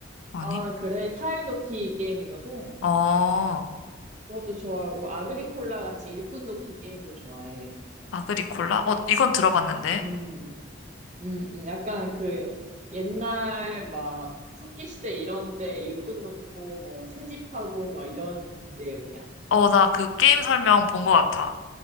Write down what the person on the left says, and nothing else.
아니?
어,
아그리콜라? 어, 이건 들어봤는데.
어, 나 그 게임 설명 본 거 같아.